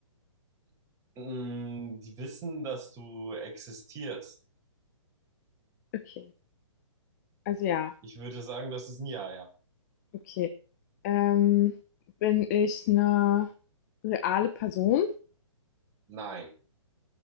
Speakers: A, on the right; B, on the left.
A: Mm, die wissen, dass du existierst.
B: Okay. Also ja.
A: Ich würde sagen, das ist ein Ja, ja.
B: Okay. Ähm, bin ich eine reale Person?
A: Nein.